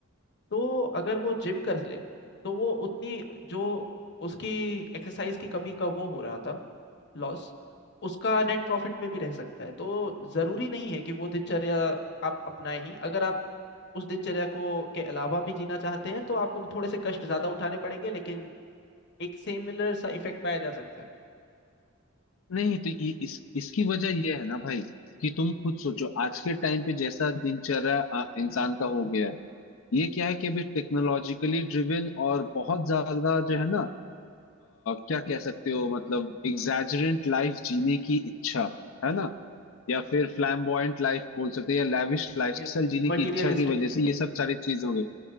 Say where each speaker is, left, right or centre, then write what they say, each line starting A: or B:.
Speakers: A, on the left; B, on the left.
A: तो अगर वो जिम कर ले तो वो उतनी जो उसकी एक्सरसाइज की कमी का वो हो रहा था लॉस उसका नेट प्रॉफिट में भी रह सकता है तो जरूरी नहीं है कि वो दिनचर्या आप अपनाएं ही अगर आप उस दिनचर्या को के अलावा भी जीना चाहते हैं तो आपको थोड़े से कष्ट ज्यादा उठाने पड़ेंगे लेकिन एक सिमिलर सा इफेक्ट पाया जा सकता है
B: नहीं तो ये इस इसकी वजह ये है ना भाई कि तुम खुद सोचो आज के टाइम पे जैसा दिनचर्या अ, इंसान का हो गया है ये क्या है कि अभी टेक्नोलॉजिकली ड्रिवन और बहुत ज्यादा जो है ना अ, क्या कह सकते हो मतलब एग्जैजरेंट लाइफ जीने की इच्छा है ना या
A: हम्म,
B: फिर फ्लैम्बॉयंट लाइफ बोल सकते हैं या लैविश लाइफस्टाइल
A: yes
B: जीने
A: materialistic
B: की इच्छा की वजह से ये सब सारी चीज हो गई